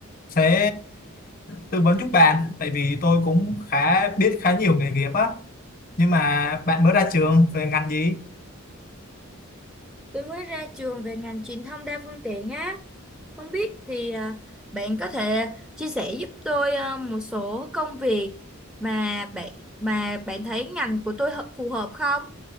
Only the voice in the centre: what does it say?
Tôi mới ra trường về ngành truyền thông đa phương tiện á. Không biết thì ờ, bạn có thể chia sẻ giúp tôi ờ, một số công việc mà bạn mà bạn thấy ngành của tôi hợp- phù hợp không?